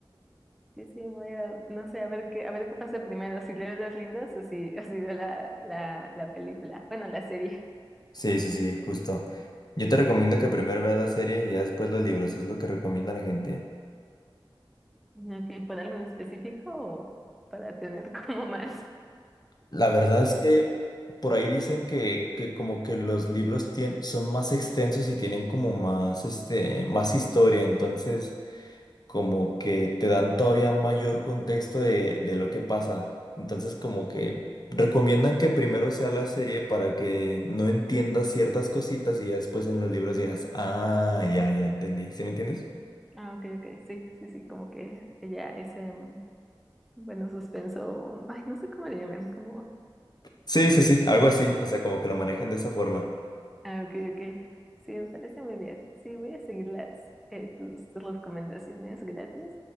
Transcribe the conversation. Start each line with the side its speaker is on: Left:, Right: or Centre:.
Centre: Sí, sí, voy a, no sé, a ver qué, a ver qué pasa primero, si leo los libros o si, <laughs> o si veo la, la, la película, bueno, la serie.
Left: Sí, sí, sí, justo. Yo te recomiendo que primero veas la serie y ya después los libros, es lo que recomienda la gente.
Centre: Ok, ¿por algo en específico o para tener <laughs> como más?
Left: La verdad es que por ahí dicen que, que como que los libros tien- son más extensos y tienen como más, este, más historia, entonces como que te dan todavía mayor contexto de, de lo que pasa. Entonces como que recomiendan que primero sea la serie para que no entiendas ciertas cositas y ya después en los libros digas, ah, ya, ya entendí. ¿Sí me entiendes?
Centre: Ah, ok, ok, sí, sí, sí, como que ella ese, mm, bueno, suspenso, mm, ay, no sé cómo le llaman, como,
Left: Sí, sí, sí, algo así. O sea, como que lo manejan de esa forma.
Centre: ah, ok, ok, sí, me parece muy bien, sí, voy a seguir las, eh, tus, tus recomendaciones, gracias,